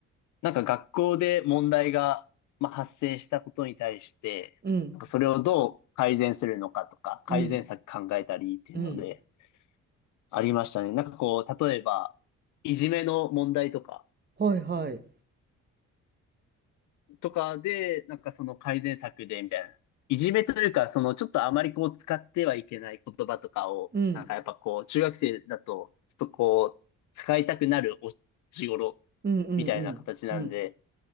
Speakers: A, on the left; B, on the right.
A: なんか学校で問題が、まあ、発生したことに対して、
B: うん、
A: なんかそれをどう改善するのかとか、改善策考えたりっていうので
B: うん、うん、
A: ありましたね。なんかこう、例えば、いじめの問題とか、
B: はい、はい。
A: とかで、なんかその改善策でみたいな。いじめというか、そのちょっとあまりこう使ってはいけない言葉とかを、
B: うん、
A: なんかやっぱこう、中学生だと、ちょっとこう、使いたくなるお年頃
B: うん、うん、
A: みたいな形なんで、
B: うん、うん、